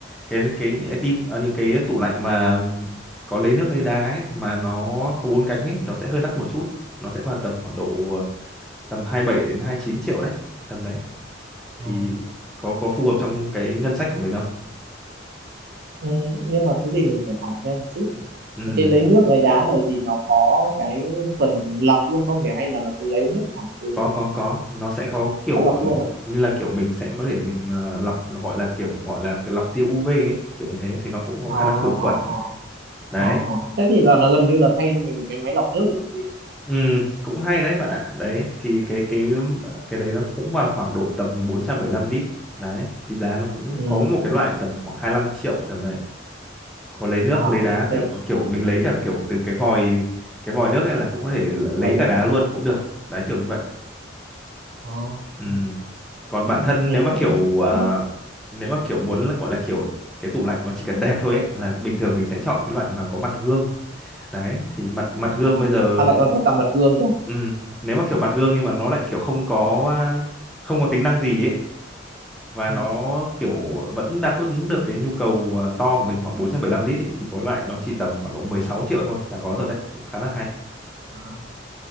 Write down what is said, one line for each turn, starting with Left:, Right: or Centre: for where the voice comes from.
Centre: cái cái những cái tim à, những cái tủ lạnh mà có lấy nước lấy đá ấy, mà nó có bốn cánh ấy thì nó sẽ hơi đắt một chút nó sẽ vào tầm khoảng độ ờ, tầm 27 đến 29 triệu đấy tầm đấy thì
Right: Ờ.
Centre: có có phù hợp trong cái ngân sách của mình không
Right: Ừm, nhưng mà thế thì mình phải hỏi thêm một chút này.
Centre: Ừm,
Right: cái lấy nước lấy đá này thì nó có cái phần lọc luôn không nhỉ hay là nó cứ lấy nước thẳng từ mình
Centre: có có có nó sẽ có kiểu
Right: có lọc luôn à
Centre: như là kiểu mình sẽ có thể mình ờ, lọc nó gọi là kiểu gọi là lọc tia UV ấy, kiểu như thế thì nó cũng có
Right: ờ
Centre: khả năng khử khuẩn
Right: ờ ờ
Centre: đấy
Right: ờ ờ. thế thì là, là gần như là thay cho mình một cái máy lọc nước để làm gì
Centre: Ừ, cũng hay đấy bạn ạ. Đấy thì cái cái cái đấy nó cũng vào khoảng độ tầm 475 lít. Đấy thì giá nó cũng
Right: ừ
Centre: có một cái loại tầm khoảng 25 triệu tầm đấy. Có lấy nước,
Right: à
Centre: lấy đá
Right: ok
Centre: thì kiểu mình lấy cả kiểu từ cái vòi cái vòi nước này là cũng có thể l- lấy
Right: vòi nữa
Centre: cả đá luôn cũng được. Đấy kiểu như vậy.
Right: ờ
Centre: Ừ.
Right: ừ.
Centre: Còn
Right: ừ,
Centre: bản thân
Right: nghe
Centre: nếu mà
Right: cũng
Centre: kiểu
Right: hấp dẫn
Centre: à,
Right: đấy
Centre: nếu mà kiểu muốn là gọi là kiểu cái tủ lạnh nó chỉ cần đẹp thôi ấy, là bình thường mình sẽ chọn cái loại mà có mặt gương. Đấy thì mặt mặt gương
Right: à,
Centre: bây giờ
Right: à lại còn có cả mặt gương cơ
Centre: Ừ, nếu mà kiểu mặt gương nhưng mà nó lại kiểu không có à, không có tính năng gì ấy và
Right: ừ.
Centre: nó kiểu vẫn đáp ứng được cái nhu cầu à, to của mình khoảng bốn trăm bảy lăm lít ấy thì có loại nó chỉ tầm khoảng độ 16 triệu thôi là có rồi đấy cũng khá là hay
Right: à.